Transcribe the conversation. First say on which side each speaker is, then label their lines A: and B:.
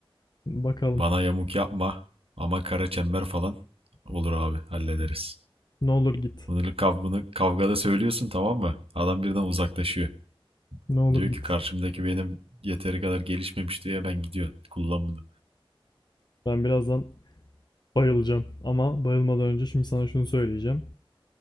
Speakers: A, on the left; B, on the right.
A: Bakalım.
B: Bana yamuk yapma ama kara çember falan olur abi hallederiz.
A: Ne olur git.
B: Bunu, kav- bunu kavgada söylüyorsun tamam mı? Adam birden uzaklaşıyor.
A: Ne olur
B: Diyor
A: git.
B: ki karşımdaki benim yeteri kadar gelişmemiş diye ben gidiyor. Kullan bunu.
A: Ben birazdan bayılacağım. Ama bayılmadan önce şimdi sana şunu söyleyeceğim.